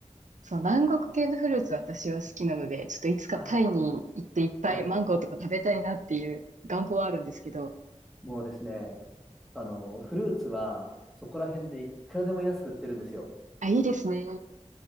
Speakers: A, on the right; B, in the centre.
A: そう、南国系のフルーツ私は好きなので、ちょっといつかタイに行っていっぱいマンゴーとか食べたいなっていう願望はあるんですけど。
B: あ、はい。もうですね、あの、フルーツは、そこら辺でいくらでも安く売ってるんですよ。
A: あ、いいですね。